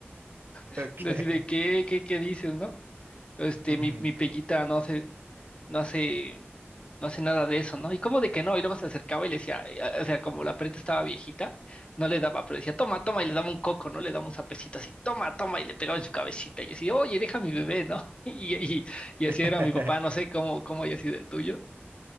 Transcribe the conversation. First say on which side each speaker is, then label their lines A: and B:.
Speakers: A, on the left; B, on the right.
A: <laughs>
B: Okay.
A: así de, ¿qué, qué, qué dices, no? Este,
B: Ujú.
A: mi, mi pellita, no sé, no hace, no hace nada de eso, ¿no? Y como de que no, y luego se acercaba y le decía, eh, o sea, como la perrita estaba viejita, no le daba, pero decía, toma, toma, y le daba un coco, ¿no? Le daba un sapecito así, toma, toma, y le pegaba en su cabecita, y yo así, oye, deja a mi bebé, ¿no? <laughs> Y, y, y
B: <laughs>
A: así era mi papá, no sé cómo, cómo haya sido el tuyo.